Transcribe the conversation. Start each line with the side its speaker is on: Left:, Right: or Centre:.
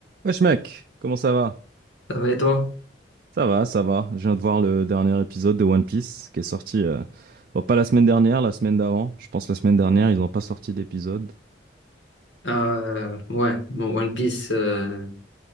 Right: Wesh mec, comment ça va?
Left: Ça va et toi?
Right: Ça va, ça va. Je viens de voir le dernier épisode de One Piece qui est sorti, euh, bon, pas la semaine dernière, la semaine d'avant. Je pense la semaine dernière, ils n'ont pas sorti d'épisode.
Left: Euh, ouais, bon, One Piece, euh,